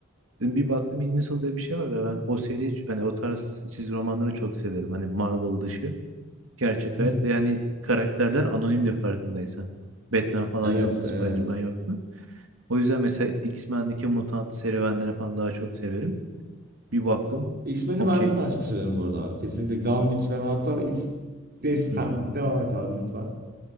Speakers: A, on the right; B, on the right.
A: Dedim Bir baktım Invincible diye bir şey var ve ben o seri hiç hani o tarz çizgi romanları çok severim. Hani Marvel dışı. Gerçek
B: <laughs>
A: hayat ve hani karakterler anonim de farkındaysan. Batman falan
B: Evet,
A: yoktu. Spider-Man
B: evet.
A: yoktu. O yüzden mesela X-Men'deki mutant serüvenleri falan daha çok severim. Bir baktım.
B: X-Men'i
A: Okey.
B: ben de daha çok seviyorum bu arada abi. Kesinlikle Gambit falan hatta X... Neyse sen
A: Hı hı.
B: devam et abi lütfen.